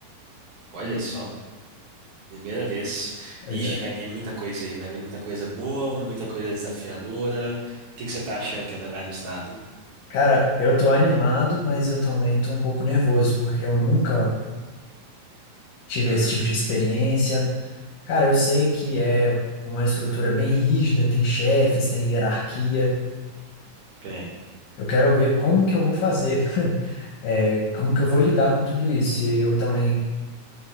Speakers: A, on the right; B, on the left.
A: Olha só, primeira vez.
B: Pois
A: Ixi,
B: é.
A: vai vir muita coisa aí, vai vir muita coisa boa, muita coisa desafiadora. O que que você tá achando que é trabalhar no estado?
B: Cara, eu tô animado, mas eu também tô um pouco nervoso, porque eu nunca tive
A: Hum,
B: esse tipo de experiência. Cara, eu sei que é uma estrutura bem rígida, tem chefes, tem hierarquia.
A: tem.
B: Eu quero ver como que eu vou fazer, <laughs> é, como que eu vou lidar com tudo isso. E eu também